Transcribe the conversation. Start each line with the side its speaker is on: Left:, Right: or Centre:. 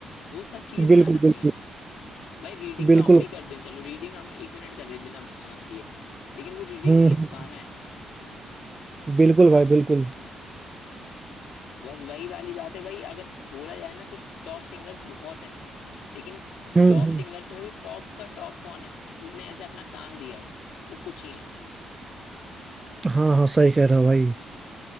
Left: वो सब चीजें
Right: बिल्कुल
Left: ध्यान रखनी
Right: बिल्कुल
Left: है भाई रीडिंग
Right: बिल्कुल
Left: तो हम भी कर दें चलो रीडिंग हम एक मिनट कर दें बिना सांस लिए लेकिन वो रीडिंग
Right: हम्म
Left: नहीं
Right: हम्म,
Left: है वो गाना है
Right: बिल्कुल भाई बिल्कुल
Left: बस वही वाली बात है भाई अगर बोला जाए ना तो टॉप सिंगर्स बहुत हैं लेकिन
Right: हम्म
Left: टॉप
Right: हम्म,
Left: सिंगर्स में भी टॉप का टॉप कौन है जिसने ऐसे अपना काम दिया है वो कुछ ही है
Right: हाँ हाँ सही कह रहा भाई